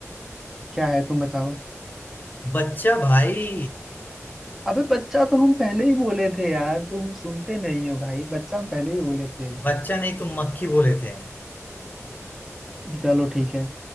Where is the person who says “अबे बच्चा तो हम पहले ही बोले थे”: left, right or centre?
Centre